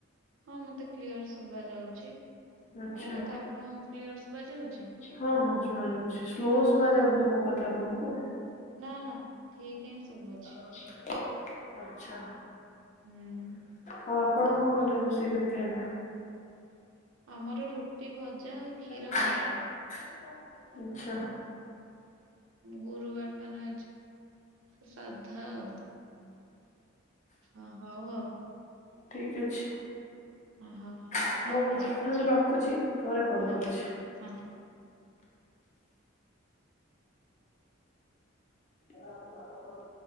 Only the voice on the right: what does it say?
ହଁ ମତେ କ୍ଲିୟର ଶୁଭା ଯାଉଛି
ମୋ କଥା ଆପଣଙ୍କୁ କ୍ଲିୟର ଶୁଭା ଯାଉଛି?
ନା ନା ଠିକ୍ ହିଁ ସୁବୁଛି।
ହୁଁ
ଆମର ରୁଟି ଭଜା କ୍ଷୀର
ଆଉ
ଗୁରୁବାର ଟା ନା ଆଜି ତ ସାଧା ଆଉ। ଅ, ହଉ ଆଉ
ଅ, ହଉ।
ରଖୁଛ
ହଁ
ହଁ।